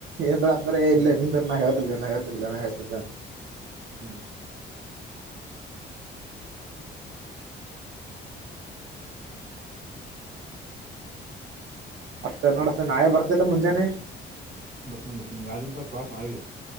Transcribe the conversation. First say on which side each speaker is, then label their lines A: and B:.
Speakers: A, on the right (about 65°); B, on the right (about 45°).
A: ಏನ್ರ ಅಂದ್ರೆ
B: ಹ್ಮ್
A: ಇಲ್ಲ ನಿಂದರಲ್ಲೇ ನಾ ಹೇಳ್ತಿನಿ ನಾ ಹೇಳತಲ್ಲನ ನಾ ಹೇಳತನ್
B: ಹ್ಮ್
A: ಮತ್ತ ಏನ ನಡಸ್ ನಾಳಿಯೇ ಬರ್ತಿಲ್ಲ ಮುಂಜಾನೆ
B: ಬರ್ತನಿ ಬರ್ತನಿ ಯಾರ ಕ್ಲಾಸ್ ನಾಳೆಗೆ